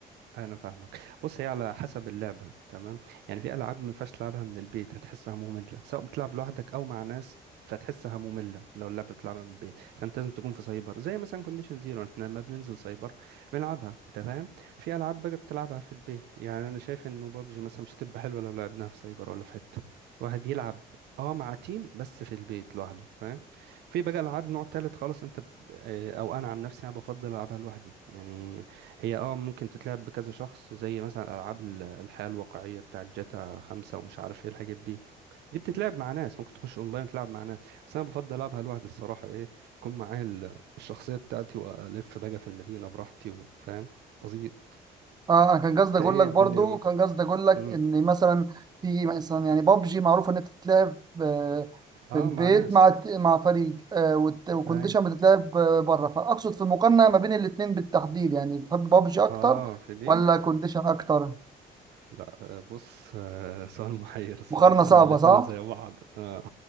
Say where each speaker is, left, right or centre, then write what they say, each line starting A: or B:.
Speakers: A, on the right; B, on the right.
A: انا فاهمك بص هي على حسب اللعبه تمام يعني في العاب ما ينفعش تلعبها من البيت هتحسها ممله سواء بتلعب لوحدك او مع ناس فتحسها ممله لو اللعبه بتلعبها من البيت فانت لازم تكون في سايبر زي مثلا كونديشن زيرو احنا لما بننزل سايبر بنلعبها انت فاهم في العاب بقى بتلعبها في البيت يعني انا شايف انه بابجي مثلا مش هتبقى حلوه لو لعبناها في سايبر ولا في حته واحد يلعب اه مع تيم بس في البيت لوحده فاهم في بقى العاب نوع تالت خالص انت ب- آه، او انا عن نفسي انا بفضل العبها لوحدي يعني هي اه ممكن تتلعب بكذا شخص زي مثلا العاب ال- الحياة الواقعية بتاعت جاتا خمسة ومش عارف ايه الحاجات دي دي بتتلعب مع ناس ممكن تخش اونلاين تلعب مع ناس بس انا بفضل العبها لوحدي الصراحة ايه يكون معايا ال- الشخصية بتاعتي والف بقى في المدينة براحتي وفاهم قصدي
B: اه انا كان قصدي
A: انت
B: اقول
A: ايه
B: لك
A: الدنيا
B: برضو
A: ما.
B: كان قصدي اقول لك
A: مم.
B: ان مثلا في مثلا يعني بابجي معروفة ان انت تتلعب آه،
A: اه
B: في البيت
A: مع ناس
B: مع مع فريق آه، وت- وكونديشن
A: اي
B: بتتلعب آه، بره فاقصد في المقارنة ما بين الاتنين بالتحديد يعني بتحب بابجي اكتر
A: اه في دي
B: ولا كونديشن اكتر
A: لا آه، بص آه، سؤال محير الصراحة
B: مقارنة صعبة
A: ان الاتنين
B: صح؟
A: زي بعض آه.